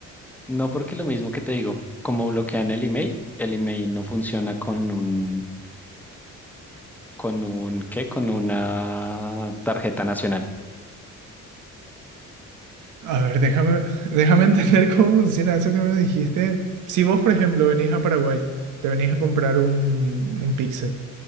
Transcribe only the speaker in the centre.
No, porque lo mismo que te digo, como bloquean el email, el email no funciona con un, con un, ¿qué? Con una tarjeta nacional.